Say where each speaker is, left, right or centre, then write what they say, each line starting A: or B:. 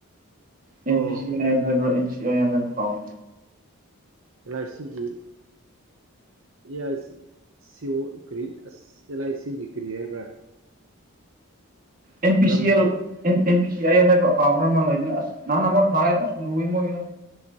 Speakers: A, on the right (about 40°); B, on the right (about 65°).
A: ꯑꯦꯟ
B: ꯑꯣ
A: ꯄꯤ ꯁꯤꯥꯏ ꯑꯦ ꯑꯦꯟ ꯁꯤꯥꯏ ꯍꯥꯏꯕ ꯀꯥꯎ
B: ꯂꯥꯏꯁꯤꯒꯤ ꯑꯦꯏ ꯁꯤ ꯑꯣ ꯀꯔꯤ ꯑꯁ ꯑꯦꯜ ꯑꯥꯏ ꯁꯤꯒꯤ ꯀꯔꯤ ꯍꯥꯏꯕ꯭ꯔꯥ
A: ꯑꯦꯟ ꯄꯤ
B: ꯀꯔꯝꯕ
A: ꯁꯤ L N P C I L ꯍꯥꯏꯕ ꯑꯦꯀꯥꯎꯟ ꯈꯔ ꯑꯃ ꯂꯩꯕꯅꯦ ꯑꯁ ꯅ ꯅ ꯑꯃ ꯊꯥꯏ ꯂꯨꯏ ꯃꯣꯏꯒꯤꯗꯣ